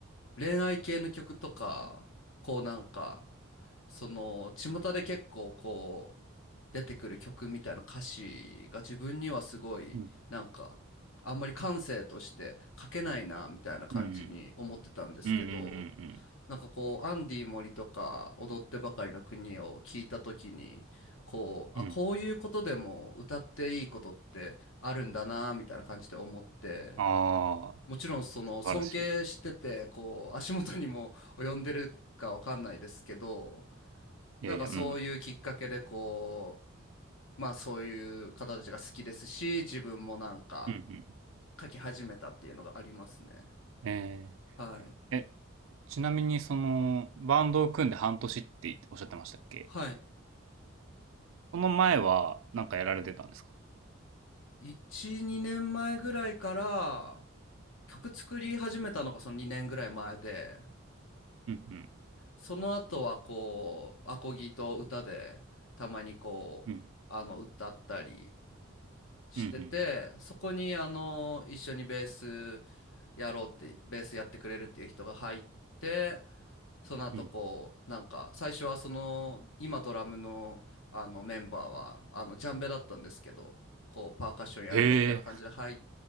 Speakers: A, on the left; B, on the right.
A: 恋愛系の曲とか、こうなんか、その、巷で結構こう、出てくる曲みたいな歌詞が自分にはすごい、
B: うん。う
A: なんか、あんまり感性として書けないな、みたいな感じに思ってたんですけど、
B: んうんうん。うんうんうんうん。
A: なんかこう、アンディ森とか、踊ってばかりの国を聞いたときに、こう、
B: うんうん
A: あ、こういうことでも歌っていいことってあるんだな、みたいな感じで思って、
B: ああ、
A: もちろんその尊敬しててこう足元にも及んでるかわかんないですけど
B: 素晴らしい。いやいや、
A: なんかそういうきっかけでこ
B: うん。
A: うまあそういう方たちが好きですし自分もなんか
B: うんうん。
A: 書き始めたっていうのがありますね。
B: え
A: はい
B: ー、え、ちなみにその、バンドを組んで半年っておっしゃってましたっけ
A: はい
B: その前はなんかやられてたんですか
A: 1、2年前ぐらいから曲作り始めたのがその2年ぐらい前で
B: うんうん。
A: その後はこうアコギと歌でたまにこうあの歌ったり
B: うん。
A: してて、
B: うん
A: そこにあの、一緒にベースやろうって、ベースやってくれるっていう人が入って、その後こう、
B: うん。うん。
A: なんか、最初はその、今ドラムのあのメンバーは、あの、ジャンベだったんですけど、こう、パーカッションやるよみたいな感じで入っ
B: へえ。